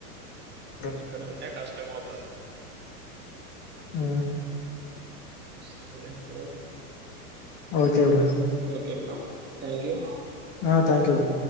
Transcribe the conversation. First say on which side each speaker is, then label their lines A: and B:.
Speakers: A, on the left; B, on the right.
A: బ్రో
B: ఇంక ఇక్కడ అంటే కష్టం అవుతది
A: ఆ
B: సరే bro
A: okay bro
B: okay bro thank you
A: ఆ థ్యాంక్ యూ బ్రో